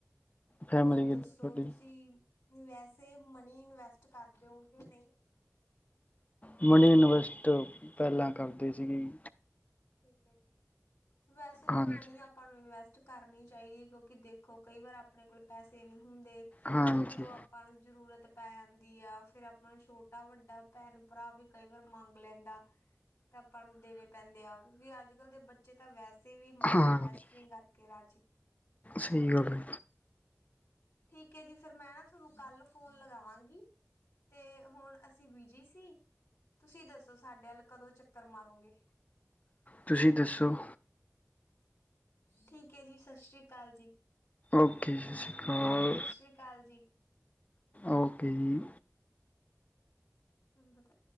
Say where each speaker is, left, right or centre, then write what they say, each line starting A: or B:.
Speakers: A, on the left (about 30°); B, on the left (about 75°).
A: ਫੈਮਿਲੀ
B: ਹੋਰ
A: ਕਿੱਦਾਂ
B: ਦੱਸੋ
A: ਤੁਹਾਡੀ
B: ਤੁਸੀਂ ਵੈਸੇ ਮਨੀ ਇਨਵੈਸਟ ਕਰਦੇ ਓ ਕਿ ਨਹੀਂ
A: ਮਨੀ ਇਨਵੈਸਟ ਪਹਿਲਾਂ ਕਰਦੇ ਸੀਗੇ ਈ
B: ਠੀਕ ਹੈ ਜ ਵੈਸੇ
A: ਹਾਂਜੀ
B: ਤਾਂ ਮਨੀ ਆਪਾਂ ਨੂੰ ਇਨਵੈਸ ਟ ਕਰਨੀ ਚਾਹੀਦੀ ਹੈ ਕਿਉਂਕਿ ਦੇਖੋ ਕਈ ਵਾਰ ਆਪ ਆਪਣੇ ਕੋਲ ਪੈਸੇ ਨਹੀਂ ਹੁੰਦੇ
A: ਹਾਂਜੀ
B: ਫਿਰ ਉਦੋਂ ਆਪਾਂ ਨੂੰ ਜਰੂਰਤ ਪੈ ਜਾਂਦੀ ਆ ਫੇਰ ਆਪਾਂ ਨੂੰ ਛੋਟਾ ਵੱਡਾ ਭੈਣ ਭਰਾ ਵੀ ਕਈ ਵਾਰ ਮੰਗ ਲੈਂਦਾ ਤੇ ਆਪਾਂ ਨੂੰ ਦੇਣੇ ਪੈਂਦੇ ਆ ਅੱਜ ਕਲ ਦੇ ਬੱਚੇ ਤਾਂ ਵੈਸ ਸੇ ਵੀ, ਮਨੀ
A: ਹਾਂਜੀ
B: ਇਨਵੈਸਟ ਨਹੀਂ ਕਰਕੇ ਰਾਜੀ ਠੀਕ।
A: ਸਹੀ ਗੱਲ!
B: ਠੀਕ ਹੈ ਜੀ, ਫਿਰ ਮੈਂ ਨਾ ਤੁਹਾਨੂੰ ਕੱਲ ਫੋਨ ਲਗਾਵਾਂਗੀ ਤੇ, ਹੁਣ ਅਸੀਂ ਬਿਜੀ ਸੀ ਤੁਸੀਂ ਦੱਸ ਸਾਡੇ ਵੱਲ ਕਦੋਂ ਚੱਕਰ ਮਾਰੋਗੇ?
A: ਤੁਸੀਂ ਦੱਸੋ?
B: ਠੀਕ ਹੈ, ਜੀ। ਸਤਿ ਸ੍ਰੀ ਅਕਾਲ ਜੀ।
A: ਓਕੇ-ਜੀ ਸ਼ ਹਾਂ,
B: ਸਤਿ ਸ੍ਰੀ ਅਕਾਲ ਜੀ
A: ਓਕੇ ਜੀ।
B: ਹੱਡ ਤਾਂ